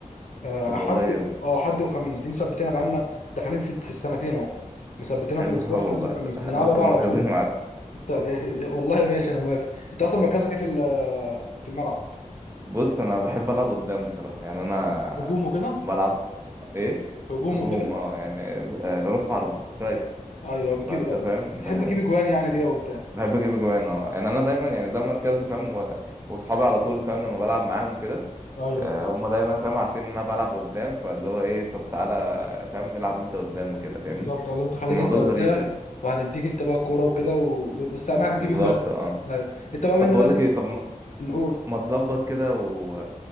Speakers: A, on the left (about 65°); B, on the right (about 20°).
A: آه
B: طب
A: حد
B: والله جامد
A: اه حد وخميس دي مثبتينها بقالنا داخلين في في السنتين اهو مثبتينها
B: حلو
A: في الاسبوع
B: <laughs> اه
A: حد
B: والله
A: وخميس
B: ط-
A: بنلعبها
B: <laughs>
A: بقى
B: طب ما
A: على
B: تاخدوني
A: طول
B: معاكم
A: بقى. انت <laughs> والله ماشي انا موافق انت اصلا مركزك ايه في ال- في الملعب
B: بص انا بحب العب قدام بصراحه يعني انا
A: هجوم وكده
B: بلعب ايه
A: هجوم
B: هجوم
A: وكده
B: اه يعني آه، راس حربه سترايكر
A: ايوه بتجيب
B: بقى انت فاهم
A: بتحب
B: ب-
A: تجيب اجوان يعني كده وبتاع
B: بحب اجيب اجوان اه يعني انا دايما يعني ده مركزي فاهم و- واصحابي على طول فاهم لما بلعب معاهم وكده
A: ايوه
B: آه، هم دايما فاهم عارفين ان انا بلعب قدام فاللي هو ايه طب تعالى فاهم العب انت قدام وكده
A: بالظبط
B: فاهمني
A: ولا انت خليك
B: الموضوع
A: انت قدام
B: ظريف يعني
A: وهنديك انت بقى الكوره وكده و... بس اهم حاجه
B: بالظبط
A: تجيب اجوان
B: اه
A: ايوه انت بقى
B: طب
A: من
B: بقول
A: هو اللي
B: لك ايه طب
A: نقول
B: ما تظبط كده و